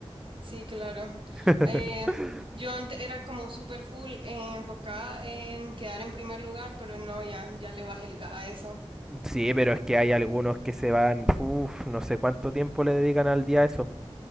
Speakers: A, on the right; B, in the centre.
A: Sí, claro.
B: <laughs>
A: Eh, yo antes era como super full eh, enfocada en quedar en primer lugar, pero no, ya, ya le bajé el ga- a eso.
B: Sí, pero es que hay algunos que se van, uf, no sé cuánto tiempo le dedican al día a eso.